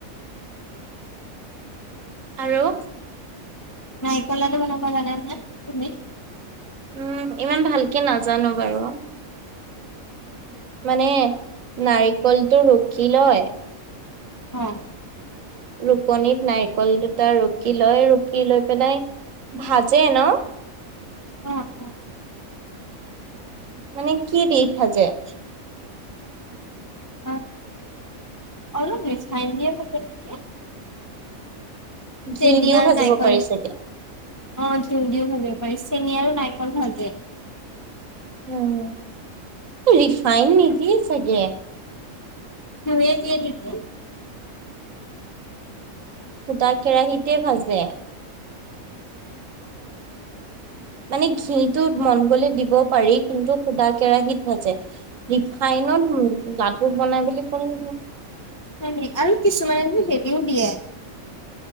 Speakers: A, on the right (about 65°); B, on the left (about 25°).
A: আৰু।
B: নাইকল লাডু বনাব যানা নাই তুমি?
A: উম, ইমান ভালকে নাজানো বাৰু। মানে নাৰিকলটো ৰুকি লয়।
B: অ।
A: ৰুকনিত নাৰিকল দুটা ৰুকি লয়, ৰুকি লৈ পেলাই ভাজে ন?
B: অঁ অঁ।
A: মানে কি দি ভাজে?
B: <inaudible> অ, অলপ ৰিফাইন দিয়া থাকে নিকি?
A: ঘি
B: চেনি
A: দিও
B: আৰু
A: ভাজিব
B: নাৰিকল।
A: পাৰি
B: অ
A: চাগে
B: ঘিউ দিওঁ ভালে পাৰি চেনী আৰু নাইকল ভাজে।
A: উম, ৰিফাইন নিদিয়ে চাগে।
B: <unintelligible>
A: সোদা কেৰাহিতে ভাজে। মানে ঘিটো মন গ'লে দিব পাৰি কিন্তু সুদা কেৰাহিত ভাজে। ৰিফাইনত লাডু বনাই বুলি ক'লে।
B: হয়নি আৰু কিছুমানে হেৰিও দিয়ে।